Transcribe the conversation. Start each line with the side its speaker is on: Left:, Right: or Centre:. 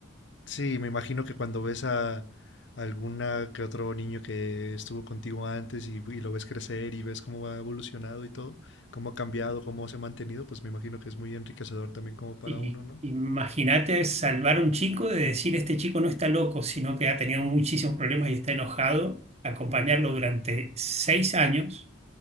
Left: Sí, me imagino que cuando ves a alguna que otro niño que estuvo contigo antes y, y lo ves crecer y ves cómo ha evolucionado y todo, cómo ha cambiado, cómo se ha mantenido, pues me imagino que es muy enriquecedor también como para
Right: Y
Left: uno, ¿no?
Right: imagínate salvar a un chico de decir, este chico no está loco, sino que ha tenido muchísimos problemas y está enojado, acompañarlo durante seis años,